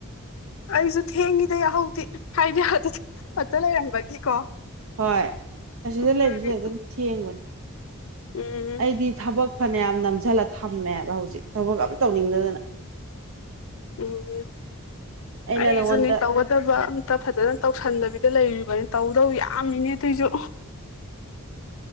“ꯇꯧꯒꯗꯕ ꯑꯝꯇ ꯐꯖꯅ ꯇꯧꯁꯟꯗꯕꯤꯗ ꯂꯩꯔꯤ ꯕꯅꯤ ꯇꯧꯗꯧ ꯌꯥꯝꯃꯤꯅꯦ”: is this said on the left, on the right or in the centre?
Left